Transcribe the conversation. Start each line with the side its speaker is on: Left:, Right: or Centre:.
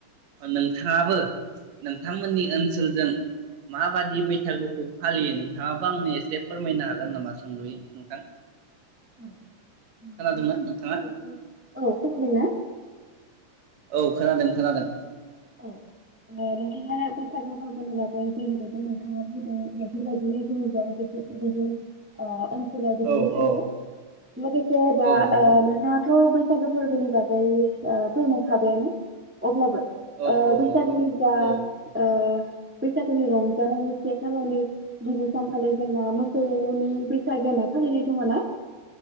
Right: नोंथाङाबो नोंथांमोननि ओनसोलजों माबादि बैसागुखौ फालियो नोंथाङाबो आंनो एसे फोरमायनो हा हागोन नामा सुंदयै नोंथां?
Centre: <inaudible>
Right: खोनादोंना नोंथाङा औ खोनादों खोनादों।
Centre: औ ओ नोंथाङा बैसागु फोरबोनि बागै जेरैबायदि नोंथाङा बुदों बेफोरबायदिनो जोंनि जाय बि बिदिनो ओ लावबो बिदिनो
Right: औ
Centre: फालियो
Right: औ
Centre: लोगोसे दा
Right: औ नंगौ
Centre: ओ नोंथाङाथ बै बैसागो फोरबोनि बागै ओ फोरमायखाबायानो अब्लाबो ओ
Right: औ औ
Centre: बैसागोनि
Right: नंगौ
Centre: जा
Right: औ
Centre: ओ बैसागोनि रंजानायनि से खालारनि गिबि सानखालि जोंना मोसौ नि बैसागो होना फालिनाय दङ ना?